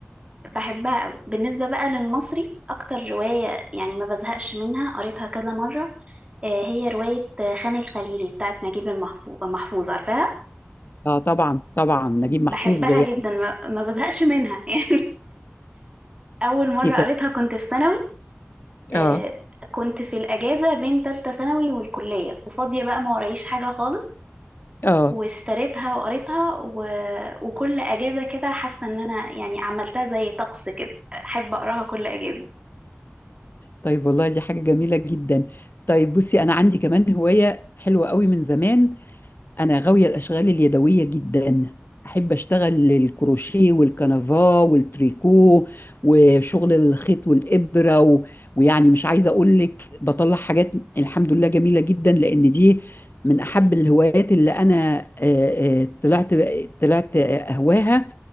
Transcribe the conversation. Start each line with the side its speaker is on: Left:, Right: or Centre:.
Right: بحبها قوي بالنسبة بقى للمصري أكتر رواية يعني ما بزهقش منها قريتها كذا مرة آه، هي رواية آه، خان الخليلي بتاعت نجيب المحفوظ محفوظ عارفاها
Left: اه طبعا طبعا نجيب محفوظ
Right: بحبها
Left: زي يعني
Right: جدا ما ما بزهقش منها <laughs> يعني أول مرة
Left: كتاب
Right: قريتها كنت في ثانوي آه،
Left: اه
Right: كنت في الأجازة بين تالتة ثانوي والكلية وفاضية بقى ما ورايش حاجة خالص
Left: اه
Right: واشتريتها وقريتها و... وكل أجازة كده حاسة إن أنا يعني عملتها زي طقس كده أحب أقراها كل أجازة
Left: طيب والله دي حاجه جميله جدا طيب بصي انا عندي كمان هوايه حلوه قوي من زمان أنا غاوية الأشغال اليدوية جدا أحب أشتغل الكروشيه والكنفا والتريكو وشغل الخيط والإبرة و... ويعني مش عايزة أقول لك بطلع حاجات الحمد لله جميلة جدا لأن دي من أحب الهوايات اللي أنا آه، آه، طلعت طلعت أهواها